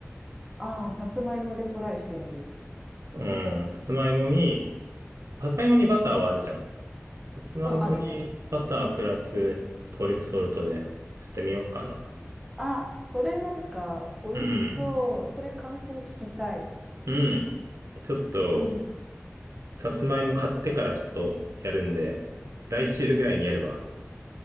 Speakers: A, in the centre; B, on the right.
A: ああ、さつまいもでトライしてみる
B: うん。さつまいもに、さつまいもにバターはあるじゃん。さつまいもにバタープラストリュフソルトでやってみようかな。
A: うん、あるね。あ、それなんか美味しそう。
B: うん。
A: それ感想聞きたい。
B: うん。ちょっと、
A: うん。
B: さつまいも買ってからちょっとやるんで、来週ぐらいにやるわ。